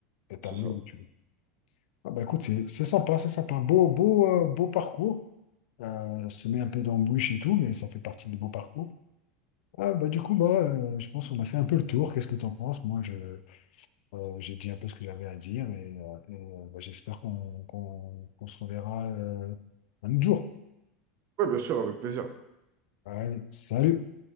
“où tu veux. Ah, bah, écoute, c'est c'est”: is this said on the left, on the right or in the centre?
Left